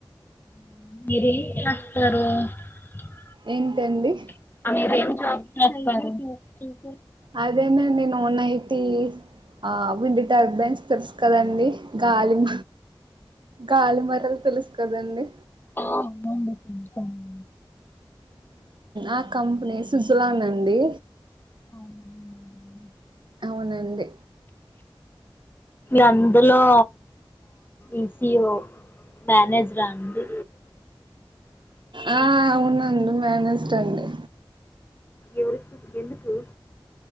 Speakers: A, on the left (about 20°); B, on the right (about 60°).
A: <unintelligible>
B: ఎంతండి
A: అ
B: అదేనండి నన్ ఐటీ ఆ విండి టర్బైన్స్ తెలుస్ కదండి గాలిం గాలిమరలు తెలుసు కదండి
A: ఆ, అవునండి చేశాను
B: ఆ కంపెనీ <unintelligible> అండి
A: <inaudible>
B: అవునండి
A: అందులో ఈసిఓ మేనేజరా అండి
B: ఆ అవునండి మేనేజర్ అండి
A: ఎవరి ఎందుకు